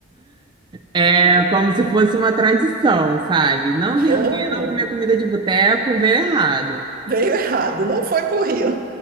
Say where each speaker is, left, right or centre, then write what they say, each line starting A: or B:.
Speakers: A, on the right; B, on the right.
A: é como se fosse uma tradição, sabe? Não vir
B: Oh,
A: no Rio e não comer comida de boteco, veio errado.
B: veio errado. Não foi pro Rio.